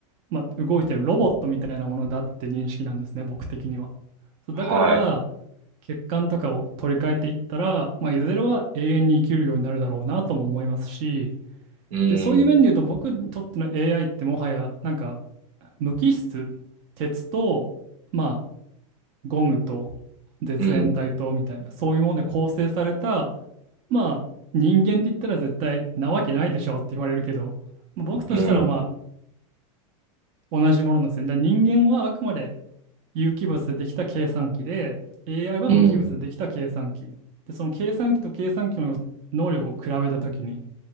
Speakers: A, on the right; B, on the right.
A: まあ、動いてるロボットみたいなものだって認識なんですね、僕的には。そうだから
B: はい。
A: 血管とかを取り替えていったら、まあ、いずれは永遠に生きるようになるだろうなとも思いますし、
B: うん。
A: で、そういう面で言うと僕にとっての AI ってもはやなんか無機質、鉄と、まあ、ゴムと絶縁体とみたいな、
B: うん。
A: そういうもので構成された、まあ、人間って言ったら絶対なわけないでしょって言われるけど、まあ僕としたらまあ、
B: うん。
A: 同じものなんですよね。だから人間はあくまで有機物でできた計算機で、AI は無機物でできた計算機。
B: うん。
A: で、その計算機と計算機の能力を比べたときに、